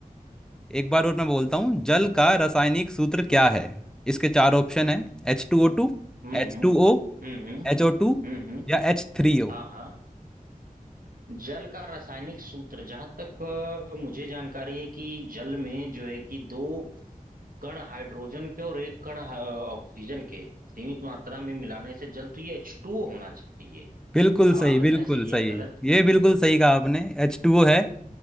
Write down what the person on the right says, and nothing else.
हम्म
हम्म
हम्म हम्म
हम्म हम्म,
हाँ हाँ जल का रासायनिक सूत्र जहां तक अ, मुझे जानकारी है कि जल में जो है कि दो कण हाइड्रोजन के और एक कण अ, ऑक्सीजन के सीमित मात्रा में मिलाने से जल तो ये एच टू ओ होना चाहिए
अब
आप बताएं
सही है
या गलत